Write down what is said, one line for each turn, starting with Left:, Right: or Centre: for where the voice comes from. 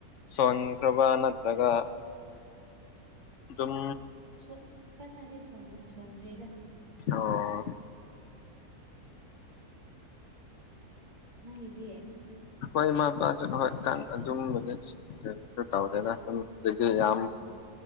Left: ꯁꯣꯟꯈ꯭ꯔꯕ ꯅꯠꯇ꯭ꯔꯒ ꯑꯗꯨꯝ
Right: ꯍꯥ ꯀꯟꯅꯗꯤ ꯁꯣꯟꯗ꯭ꯔꯤꯗ
Left: ꯑꯣ
Right: ꯅꯪꯒꯤꯗꯤ
Left: ꯑꯈꯣꯏ ꯏꯃꯥ ꯏꯄꯥꯁꯨ ꯍꯣꯏ ꯑꯗꯨꯝ ꯍꯧꯖꯤꯛ ꯀꯩꯅꯣ ꯇꯧꯗꯦꯗ ꯑꯗꯨꯝ ꯑꯗꯨꯒꯤ ꯌꯥꯝ
Right: ꯑꯣ ꯑꯣ